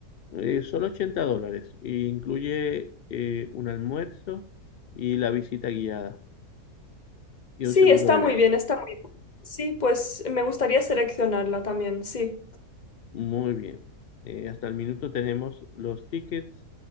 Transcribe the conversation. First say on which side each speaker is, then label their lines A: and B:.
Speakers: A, on the left (about 65°); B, on the left (about 30°).
A: Eh, solo 80 dólares. Y incluye eh, un almuerzo y la visita guiada y
B: Sí,
A: un seguro
B: está
A: de
B: muy
A: viaje.
B: bien, está muy bien. Sí, pues me gustaría seleccionarla también, sí.
A: Muy bien. Eh, hasta el minuto tenemos los tickets,